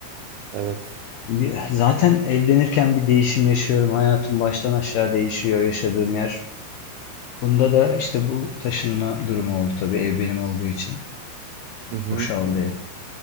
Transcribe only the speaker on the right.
Evet.
Hı hı.